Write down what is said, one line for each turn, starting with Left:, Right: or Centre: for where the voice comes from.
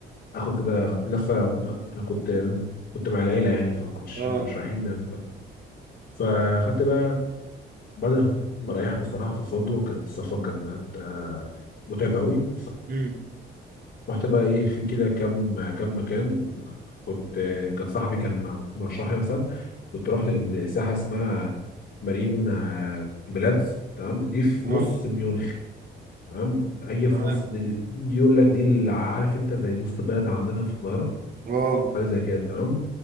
Left: اخد كده لفة انا كنت كنت مع العيلة يعني فما كنتش
Right: اه
Left: ما كناش رايحين فاخدت بقى بعد ما ريحت الصراحة في الفندق كانت السفر كان آه، متعب قوي
Right: امم
Left: رحت بقى ايه في كده كام كام مكان كنت كان صاحبي كان مرشح لي مثلا كنت رحت الساحه اسمها مارين آه، بلادز تمام دي في
Right: اه
Left: نص ميونخ تمام هي
Right: تمام
Left: في نص دي, دي يقول لك دي اللي ع- عارف انت زي وسط بلد عندنا في القاهره
Right: اه
Left: حاجه زي كده تمام